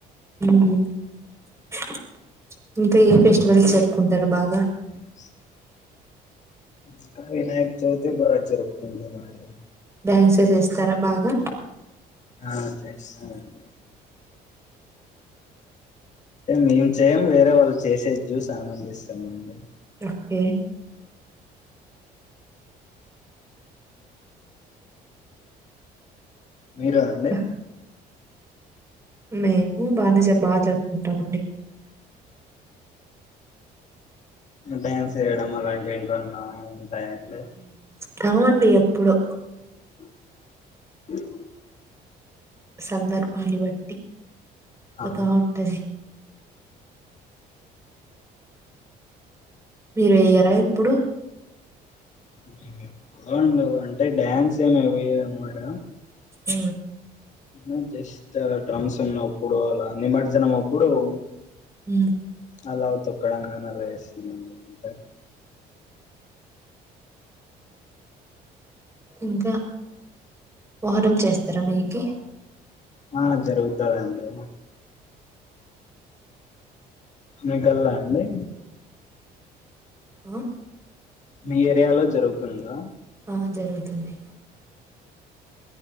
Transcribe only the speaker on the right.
ఉమ్, <inaudible> ఇంకా ఏ ఫెస్టివల్స్ జరుపు కుంటారు బాగా
డాన్స్ చేస్తారా బాగా
ఓకే
ఇంకా మేము బానేజా బాగా జరుపుకుంటామండి
కావండి ఎప్పుడో
సందర్భాన్ని బట్ పోతా
ఉంటది మీరు వెయ్యరా ఎప్పుడు
ఉ
ఉమ్
ఇంకా మోహరం చేస్తారా మీకి
ఆ
ఆ జరుగుతుంది